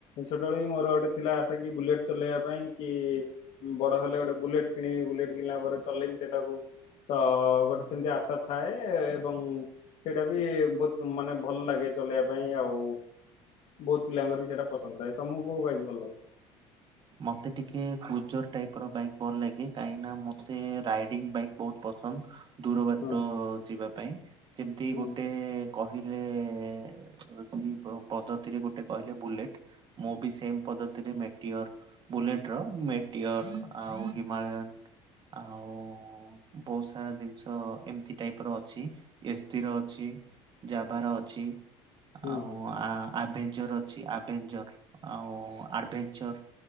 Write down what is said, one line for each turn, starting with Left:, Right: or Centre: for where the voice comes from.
Left: ଛୋଟବେଳ ବି ମୋର ଗୋଟେ ଥିଲା ଆଶା କି? ବୁଲେଟ ଚଲେଇବା ପାଇଁ କି ବଡ ହେଲେ ଗୋଟେ ବୁଲେଟ କିଣିବି ବୁଲେଟ କିଣିଲା ପରେ ଚଲେଇି ସେଟାକୁ ତ ଗୋଟେ ସେମିତି ଆଶା ଥାଏ ଏବଂ ସେଇଟା ବି ବହୁତ ମାନେ ଭଲ ଲାଗେ, ଚଲେଇବା ପାଇଁ ଆଉ ବହୁତ ପିଲାଙ୍କର ବି ସେଇଟା ପସନ୍ଦ ଆ ତମକୁ କୋଉ ବାଇକ ଭଲ ଲାଗେ।
Right: ମତେ ଟିକେ କୁଜର ଟାଇପ ର ବାଇ ଭଲ ଲାଗେ କାହିଁକିନା ମତୋ ରାଇଡି ବାଇ ବହୁତ ପ ଦୂର ବାଟ
Left: ହୁଁ
Right: ଯିବା ପାଇଁ ଯେମତି
Left: ହୁଁ
Right: ଗୋଟେ କହି ହେଲେ। ପଦ୍ଧତିରେ ଗୋଟେ କହିଲେ ବୁଲେଟ ମୁଁ ବି ସେ ପଦ୍ଧତିରେ ବୁଲେଟ ର ମେଟିର ଆଉ ହିମାଳୟନ। ଆଉ ବହୁତ ସାରା ଜିନିଷ ଏମିତି ଟାଇପ ର ଅଛି ଏସ୍ଡି ର ଅଛି। ଯବାର ଅଛି।
Left: ହୁଁ
Right: ଆଉ
Left: ହୁଁ
Right: ଆଭେଜର ଅଛି, ଆଭେନଜର ଆଉ ଆରଭେନଚର,